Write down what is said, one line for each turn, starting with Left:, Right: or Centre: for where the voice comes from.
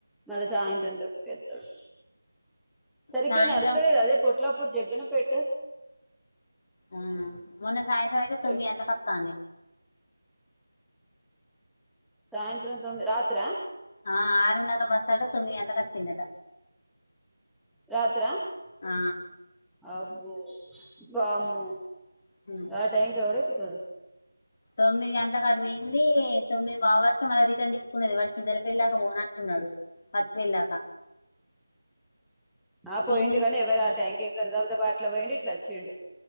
Centre: మళ్ళీ సాయంత్రం రిప్కి వేస్తాడు సరిగ్గా
Left: సాయంత్రం
Centre: నడతలేదు అది పొట్లప్పుడు జగ్గనపేటు
Left: ఆ మొన్న సాయ్రం అయితే తొమ్మిది
Centre: చ
Left: గంటలకి వత్తాంది
Centre: సాయంత్రం తొమ్మిది రాత్ర
Left: ఆ ఆరున్నర బస్సు అంటే తొమ్మిది గంటలకు వచ్చిందట
Centre: రాత్ర
Left: ఆ
Centre: అబ్బో వామ్మో
Left: ఉ
Centre: ఆ టైం కి ఎవరు ఎక్కుతారు
Left: తొమ్మిది గంటలకు అటు పోయింది తొమ్మిది బావ వరకు మల్ల రిటర్న్ తిప్పుకొని వాడు సిద్దల పెళ్లిలాక పోనంటున్నాడు పత్తిల్లాక
Centre: ఆ పోయిండు
Left: ఈ నుంచి
Centre: కానీ ఎవరు ఆ టైం కి ఎక్కరు గబగబా అట్ల పోయిండు ఇట్లా వచ్చిండు